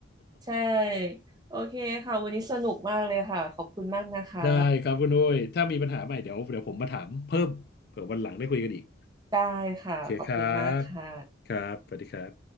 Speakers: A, on the right; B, on the left.
A: ใช่ โอเคค่ะวันนี้สนุกมากเลยค่ะขอบคุณมากนะคะ
B: <laughs> ได้ครับคุณอุ้ยถ้ามีปัญหาใหม่เดี๋ยวเดี๋ยวผมมาถามเพิ่มเผื่อวันหลังได้คุยกันอีก
A: ได้ค่ะขอบคุณมากค่ะ
B: โอเคครับครับสวัสดีครับ